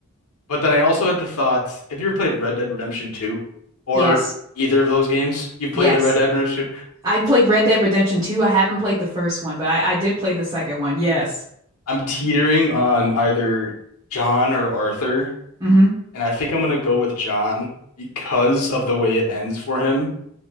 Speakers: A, on the left; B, on the right.
A: But then I also had the thought, Have you ever played Red Dead Redemption 2 or
B: yes,
A: either of those games, you've played
B: yes.
A: a Red Dead Redemption 2,
B: I played Red Dead Redemption 2. I haven't played the first one, but I, I did play the second one. Yes.
A: I'm teetering on either John or Arthur,
B: hmm
A: and I think I'm gonna go with John because of the way it ends for him.